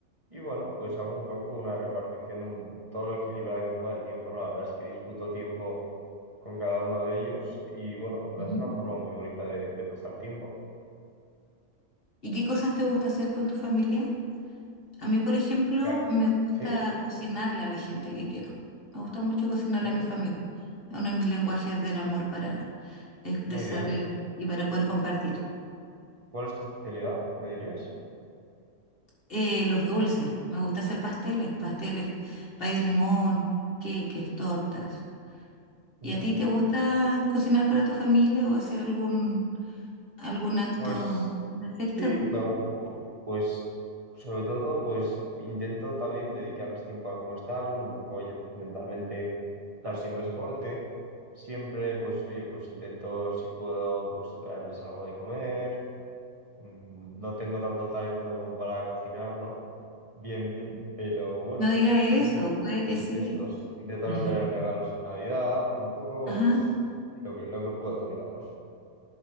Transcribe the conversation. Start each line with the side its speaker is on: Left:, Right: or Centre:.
Right: Y bueno, pues hago un poco una repartición un- todo lo equilibrada que pueda del tiempo, ¿no? La verdad es que disfruto tiempo con cada uno de ellos y bueno, me parece
Left: Ujú.
Right: una forma muy bonita de, de pasar tiempo.
Left: ¿Y qué cosas te gusta hacer con tu familia? A mí, por ejemplo,
Right: Ya-
Left: me gusta
Right: Sí,
Left: cocinarle a la gente que quiero. Me gusta mucho cocinarle
Right: sí,
Left: a mi familia. Es uno de mis lenguajes del amor para expresarle
Right: muy bien.
Left: y para poder compartir.
Right: ¿Cuál es tu especialidad, me dirías?
Left: Eh, los dulces, me gusta hacer pasteles, pasteles, pay de limón, queques, tortas.
Right: Ujú.
Left: ¿Y a ti te gusta cocinar para tu familia o hacer algún algún acto
Right: Pues
Left: de afecto.
Right: sí, me gu- pues sobre todo pues intento también dedicarles tiempo a cómo están, un poco, oye, pues mentalmente dar siempre soporte. Siempre, pues, oye, pues intento, si puedo, pues traerles algo de comer Mm, No tengo tanto talento como para cocinar, ¿no? Bien, bien, pero bueno,
Left: No digas
Right: sí,
Left: eso,
Right: siempre
Left: puede que
Right: los
Left: sí.
Right: gestos, intento
Left: <laughs>
Right: no tener regalos en Navidad, un poco,
Left: Ajá.
Right: pues, lo que, lo que puedo, digamos,